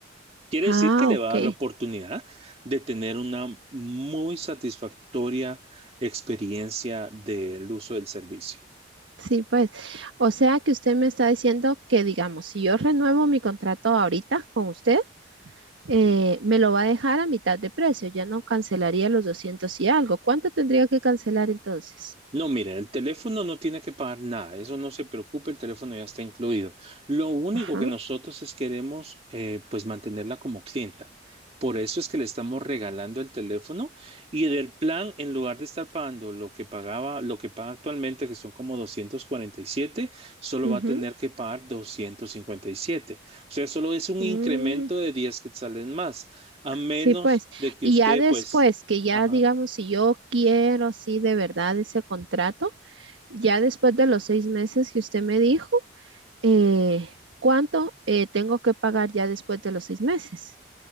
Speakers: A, on the right; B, on the right.
A: Quiere
B: Ah,
A: decir que le
B: ok.
A: va a dar la oportunidad de tener una muy satisfactoria experiencia del uso del servicio.
B: Sí, pues. O sea que usted me está diciendo que, digamos, si yo renuevo mi contrato ahorita con usted, eh, me lo va a dejar a mitad de precio. Ya no cancelaría los 200 y algo. ¿Cuánto tendría que cancelar entonces?
A: No, miren, el teléfono no tiene que pagar nada, eso no se preocupe, el teléfono ya está incluido. Lo único
B: Ajá.
A: que nosotros es queremos, eh, pues mantenerla como clienta. Por eso es que le estamos regalando el teléfono y del plan, en lugar de estar pagando lo que pagaba, lo que paga actualmente, que son como 247, solo
B: ujú,
A: va a tener que pagar 257. O sea, solo es un
B: mm,
A: incremento de 10 quetzales más, a menos
B: sí, pues.
A: de que
B: Y
A: usted,
B: ya después,
A: pues,
B: que ya,
A: ajá.
B: digamos, si yo quiero, sí, de verdad ese contrato. Ya después de los seis meses que usted me dijo, eh, ¿cuánto eh, tengo que pagar ya después de los seis meses?